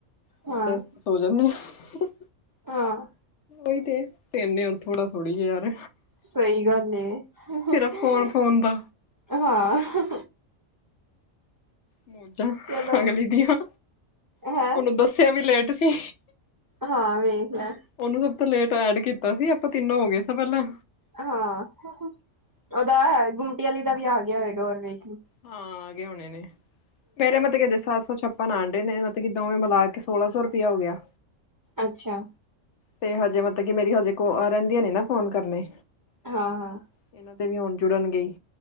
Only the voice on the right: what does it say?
ਹਾਂ,
ਹਾਂ
ਸਹੀ ਗੱਲ ਏ। ਹ
ਹ
ਹਾਂ
ਚਲੋ
ਹੈਂ
ਹਾਂ ਵੇਖ ਲੈ
ਹਾਂ। ਉਹਦਾ ਗੁੰਮਟੀ ਵਾਲੀ ਦਾ ਵੀ ਆ ਗਿਆ ਹੋਏਗਾ ਹੋਰ ਵੇਖ ਲਈ
ਅੱਛਾ।
ਹਾਂ-ਹਾਂ।